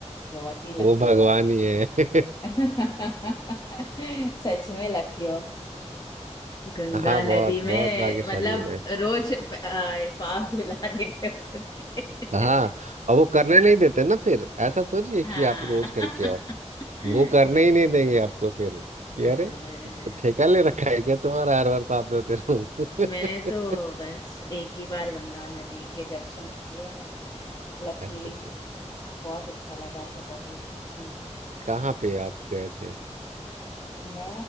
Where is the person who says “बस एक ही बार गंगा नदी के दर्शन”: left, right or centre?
Left